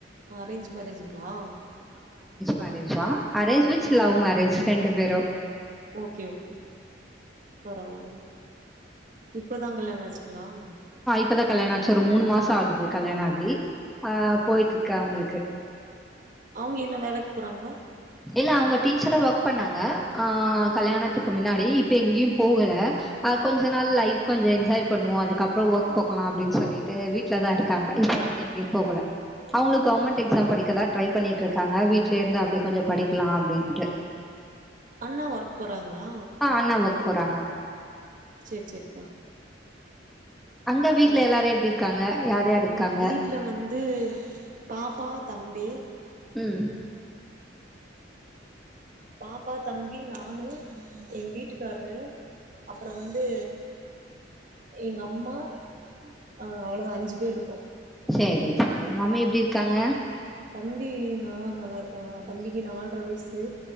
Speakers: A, on the right (about 45°); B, in the centre.
A: அரேஞ்ச் மேரேஜுங்களா
B: மேரேஜ்தா அரேஞ் வித் லவ் மேரேஜ் ரெண்டு பேரு
A: ஓகே ஓகே பரவால்ல இப்பதா கல்யாண ஆச்சு லாங்க்
B: இப்பதா கல்யாண ஆச்சு ஒரு மூணு மாசோ ஆகுது கல்யாண ஆகி ஆ போயிட்ருக்கு அவுங்களுக்கு
A: அவுங்க என்ன வேலைக்கு போறாங்களா
B: இல்ல அவுங்க டீச்சரா ஒர்க் பண்ணாங்க ஆ
A: ம்
B: கல்யாணத்துக்கு முன்னா இப்ப எங்கயும் போகல ஆ கொஞ்ச நாள் லைஃப் கொஞ்ச என்ஜாய் பண்ணுவோ அதுக்கப்ற ஒர்க் போகலா அப்டின்னு சொல்லி சொல்லிட்டு வீட்லதா இருக்காங்க இப்போதைக்கு எங்கேயு போகல அவுங்களு கவுர்மென்ட் எக்ஸாம் படிக்கதா ட்ரை பண்ணிட்ருக்காங்க வீட்லயேருந்து அப்டி கொஞ்ச படிக்கலா அப்டின்ட்டு
A: அண்ணா ஒர்க் போறாங்களா
B: ஆ அண்ணா ஒர்க் போறாங்க
A: செரி செரிப்பா
B: அங்க வீட்ல
A: அப்
B: எல்லாரும் எப்டி இருக்காங்க யார் யார் இருக்காங்க
A: நீ வீட்ல வந்து பாப்பா தம்பி
B: ம்
A: பாப்பா தம்பி நானு எங்க வீட்டுக்காரரு அப்பற வந்து எங்க அம்மா ஆ அவ்வளதா அஞ்சு பேர் இருக்கோம்
B: சேரி சேரி மம்மி எப்டி இருக்காங்க
A: தம்பி நா நல்லாருக்காங்க தம்பிக்கு நால்ர வயசு